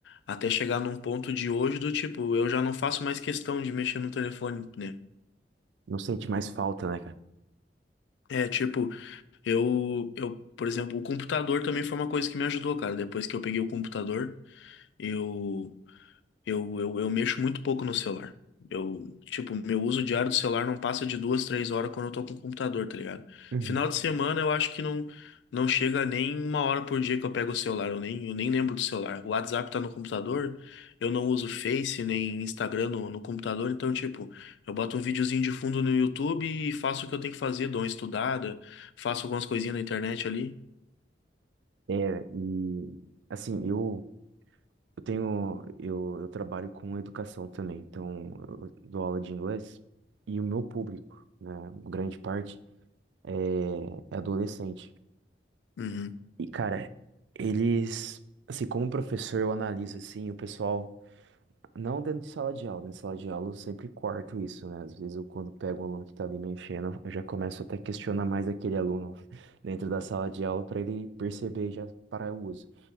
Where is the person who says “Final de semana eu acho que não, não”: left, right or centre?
Left